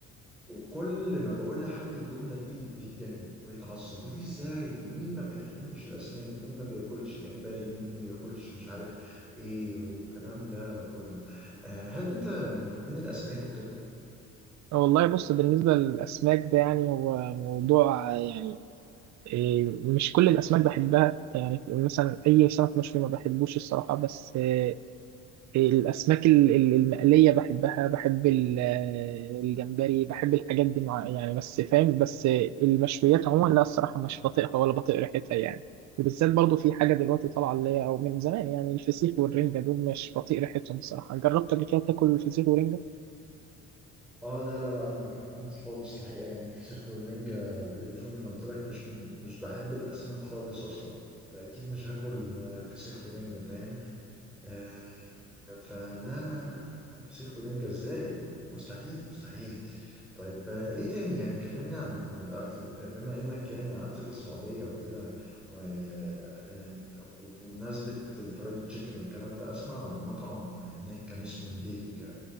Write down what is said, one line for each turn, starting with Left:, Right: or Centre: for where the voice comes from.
Centre: وكل ما بقول لحد الجملة دي بيتجنن ويتعصب بيقول لي ازاي مين ما بيحبش الأسماك مين ما بياكلش جمبري مين ما بياكلش مش عارف ايه والكلام ده كله آه هل انت من محبين الأسماك وكده؟
Right: والله بص بالنسبة للأسماك ده يعني هو موضوع يعني إيه، مش كل الأسماك بحبها يعني مثلا أي سمك مشوي ما بحبوش الصراحة بس إيه، الأسماك ال- ال- المقلية بحبها بحب ال- الجمبري بحب الحاجات دي مع يعني بس فاهم بس المشويات عموما لا الصراحة مش بطيقها ولا بطيق ريحتها يعني وبالذات برضو في حاجة دلوقتي طالعة اللي هي أو من زمان يعني الفسيخ والرنجة دول مش بطيق ريحتهم الصراحة جربت قبل كده تاكل الفسيخ والرنجة
Centre: اه لا لا لا انا ما بحبهمش خالص الحقيقة يعني الفسيخ والرنجة بيقرفوني انا قلت لك مش من مش بحب الأسماك خالص أصلا فأكيد مش هاكل آه، فسيخ ورنجة فاهم آه، فلا لا لا فسيخ ورنجة ازاي مستحيل مستحيل طيب آه، ايه تاني يعني كلمني عن الاكل آه، بما انك يعني قعدت في السعودية وكده و- آه، وبمناسبة الفرايد تشيكن والكلام ده اسمع عن مطعم هناك كان اسمه البيك